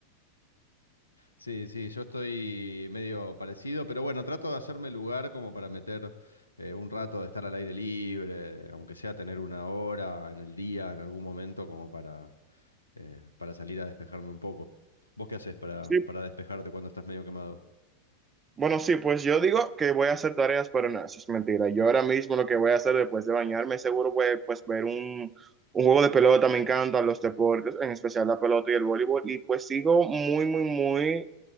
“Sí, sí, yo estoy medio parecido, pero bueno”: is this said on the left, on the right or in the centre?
Left